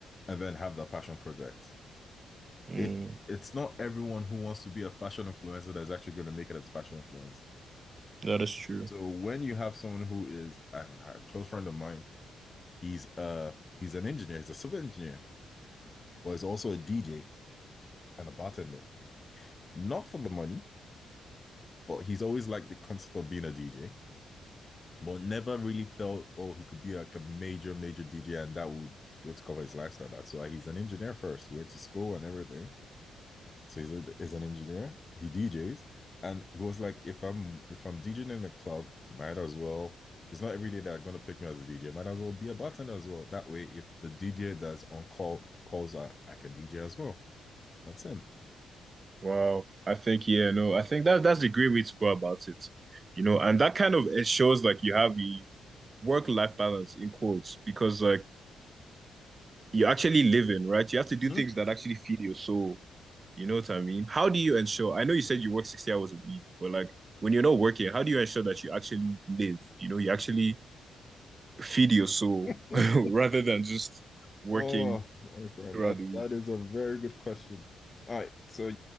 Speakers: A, on the left; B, on the right.
A: and then have that passion project.
B: mm.
A: if it's not everyone who wants to be a fashion influencer that's actually going to make it as a fashion influencer.
B: That is true.
A: So when you have someone who is I have a close friend of mine, he's uh he's an engineer, he's a civil engineer, but he's also a DJ and a bartender. Not for the money, but he's always liked the concept of being a DJ, but never really felt oh he could be like a major major DJ and that would go to cover his lifestyle. That's why he's an engineer first. He went to school and everything, So he's, a, he's an engineer. He DJs, and he was like, if I'm if I'm DJing in a club, might as well. It's not every day they're gonna pick me as a DJ. Might as well be a bartender as well. That way, if the DJ that's on call calls, I, I can DJ as well. That's him.
B: Wow. I think, yeah, no, I think that that's the great way to go about it. You know, and that kind of it shows like you have a work-life balance in quotes because like you're actually living, right? You have to do
A: Hmm?
B: things that actually feed your soul. You know what I mean? How do you ensure? I know you said you work 60 hours a week, but like when you're not working, how do you ensure that you actually live? You know, you actually feed your soul
A: <laughs>
B: <laughs> rather than just working
A: Oh, my friend,
B: throughout
A: that
B: the week.
A: that is a very good question. All right, so